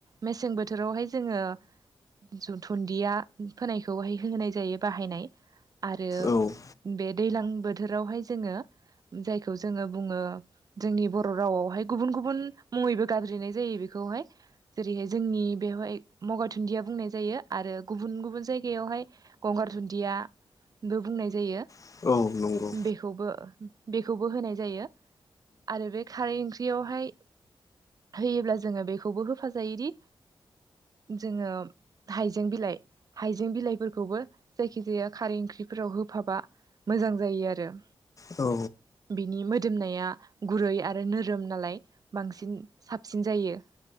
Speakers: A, on the right; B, on the left.
A: मेसें बोथोरावहाय जोङो जो थुन्दिया फोनायखौहाय होनाय जायो बाहायनाय आरो
B: औ औ
A: बे दैलां बोथोरावहाय जोङो जायखौ जोङो बुङो जोंनि बर' रावावहाय गुबुन गुबुन मुङैबो गाबज्रिनाय जायो बेखौ खौहाय जेरैहाय जोंनि बेवहाय मगा दुन्दिया बुंनाय जायो आरो गुबुन गुबुन जायगायावहाय गं गंगार दुन्दियाबो बुंनाय जायो
B: नंगौ औ नंगौ
A: बेखौबो बेखौबो होनाय जायो आरो बे खारै ओंख्रियावहाय होयोब्ला जोङो बेखौबो होफाजायोदि जोङो हाइजें बिलाइ हाइजें बिलाइफोरखौबो जायखि जाया खारै ओंख्रि बेफोराव होफाबा मोजां जायो आरो।
B: औ
A: बिनि मोदोमनाया गुरै आरो नोरोम नालाय बांसिन साबसिन जायो। <inaudible>